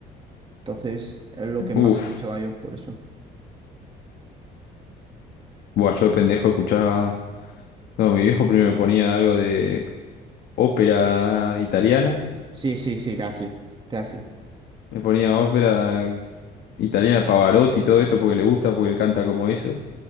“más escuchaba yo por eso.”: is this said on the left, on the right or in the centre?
Right